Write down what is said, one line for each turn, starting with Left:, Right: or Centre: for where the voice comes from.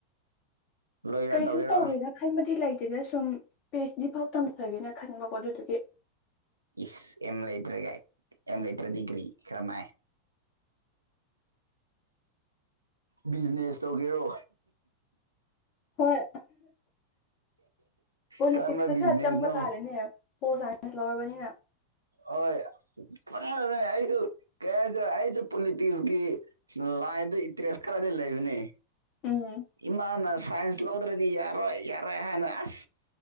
Right: ꯂꯣꯌꯔ
Left: ꯀꯩꯁꯨ
Right: ꯇꯧꯒꯦꯔꯣ
Left: ꯇꯧꯒꯦꯅ ꯈꯟꯕꯗꯤ ꯂꯩꯇ ꯑꯗꯨꯗ ꯁꯨꯝ ꯄꯤ ꯑꯩꯆ ꯗꯤ ꯐꯥꯎ ꯇꯝꯊꯒꯦꯅ ꯈꯟꯕꯀꯣ ꯑꯗꯨꯗꯨꯒꯤ
Right: ꯏ ꯌꯦꯝ ꯂꯇ꯭ꯔꯒ ꯌꯦꯝ ꯂ ꯂꯩꯇ꯭ꯔ ꯗꯗꯤꯒ꯭ꯔꯤ ꯀ꯭ꯔꯃ
Left: <unintelligible>
Right: ꯕꯤꯖꯤꯅꯦꯁ ꯇꯧꯒꯦꯔꯣ
Left: ꯍꯣꯏ ꯄꯣꯂꯤꯇꯤꯛꯁꯁꯨ
Right: ꯀꯔꯝꯕ ꯕꯤꯖꯤꯅꯦꯁꯅꯣ
Left: ꯈꯔ ꯆꯪꯕ ꯇꯥꯔꯦꯅꯦ ꯄꯣꯜ ꯁꯥꯏꯟꯁ ꯂꯧꯔꯕꯅꯤꯅ
Right: ꯍꯣꯏ ꯐ ꯑꯩꯁꯨ ꯀ ꯍꯥꯏ ꯑꯩꯁꯨ ꯄꯣꯂꯤꯇꯤꯛꯁꯀꯤ ꯂꯥꯏꯟꯗ ꯏꯟꯇꯔꯦꯁ ꯈꯔꯗꯤ ꯂꯩꯕꯅꯦ
Left: ꯎꯝ
Right: ꯏꯅ ꯁꯥꯏꯟꯁ ꯂꯧꯎꯗ꯭ꯔꯦꯗꯤ ꯌꯥꯔꯣꯏ ꯌꯥꯔꯣꯏ ꯍꯥꯏꯦꯅꯁ